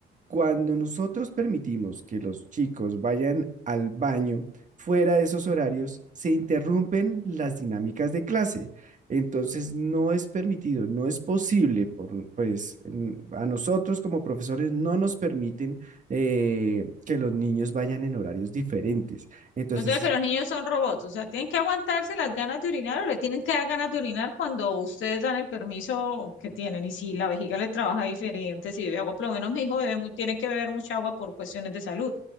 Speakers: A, on the right; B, on the left.
A: cuando nosotros permitimos que los chicos vayan al baño fuera de esos horarios, se interrumpen las dinámicas de clase. Entonces, no es permitido, no es posible, por, pues en- a nosotros como profesores no nos permiten eh, que los niños vayan en horarios diferentes. Entonces,
B: O sea que los niños son robots, o sea, tienen que aguantarse las ganas de orinar o le tienen que dar ganas de orinar cuando ustedes dan el permiso que tienen. Y si la vejiga le trabaja diferente, si bebe agua, por lo menos mi hijo bebe mu- tiene que beber mucha agua por cuestiones de salud.